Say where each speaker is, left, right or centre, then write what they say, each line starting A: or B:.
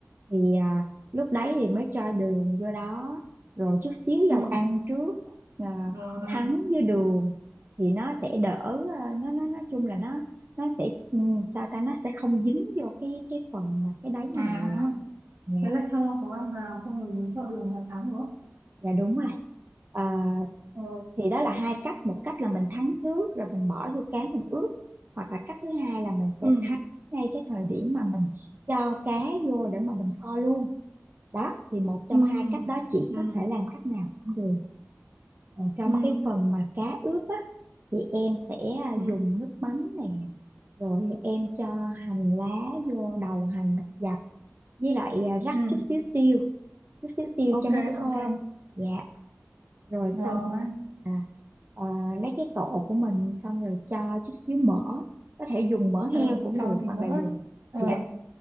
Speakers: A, on the right (about 45°); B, on the right (about 85°).
A: thì à, lúc đấy thì mới cho đường vô đó rồi chút xíu
B: Ừ.
A: dầu ăn trước à,
B: Rồi.
A: thắng với đường thì nó sẽ đỡ à, nó nó nói chung là nó nó sẽ ừ, sao ta nó sẽ không dính vô cái cái phần mà cái đáy
B: À,
A: nồi dạ
B: thế là cho có ăn vào xong rồi mới cho đường vào thắng đúng không
A: dạ đúng rồi à,
B: ờ,
A: thì đó là hai cách một cách là mình thắng trước rồi mình bỏ vô cá mình ướp hoặc là cách thứ hai là mình sẽ
B: ừ
A: thắng ngay cái thời điểm mà mình cho cá vô để mà mình kho luôn đó thì một trong
B: ừ
A: hai cách đó chỉ
B: ừ
A: có thể làm cách nào cũng được còn trong
B: ừ
A: cái phần mà cá ướp á thì em sẽ à,
B: ừ
A: dùng nước mắm này rồi em cho hành lá vô đầu hành thật dập với lại à, rắc
B: ừ
A: chút xíu tiêu chút xíu tiêu
B: ok
A: cho nó thơm
B: ok
A: dạ rồi xong
B: rồi
A: à, à, lấy cái tổ của mình xong rồi cho chút xíu mỡ có thể dùng mỡ
B: ừ
A: heo cũng
B: sau
A: được
B: thì
A: hoặc
B: nữa
A: là dùng
B: ừ
A: dạ